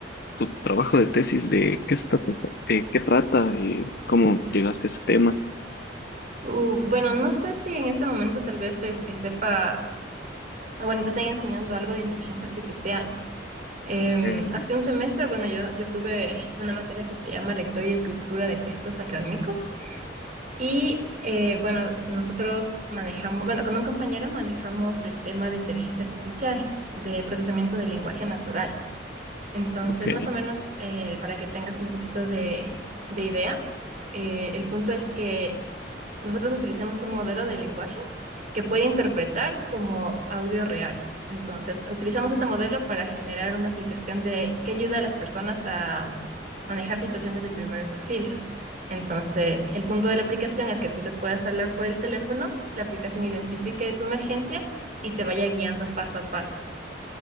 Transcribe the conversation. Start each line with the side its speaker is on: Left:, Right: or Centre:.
Left: tu trabajo de tesis, de qué está, de qué trata y cómo llegaste a ese tema.
Right: Uh, bueno, no sé si en este momento tal vez eh, eh, sepas, bueno, te están enseñando algo de inteligencia artificial. Em,
Left: Mm,
Right: hace un semestre, bueno, yo, yo tuve una materia que se llama lectura y escritura de textos académicos. Y eh, bueno, nosotros manejamos, bueno, con un compañero manejamos el tema de inteligencia artificial, de procesamiento del lenguaje natural. Entonces,
Left: ok.
Right: más o menos, eh, para que tengas un poquito de, de idea, eh, el punto es que nosotros utilizamos un modelo de lenguaje que puede interpretar como audio real. Entonces, utilizamos este modelo para generar una aplicación de, que ayuda a las personas a mm, manejar situaciones de primeros auxilios. Entonces, el punto de la aplicación es que tú le puedas hablar por el teléfono, la aplicación identifique tu emergencia y te vaya guiando paso a paso.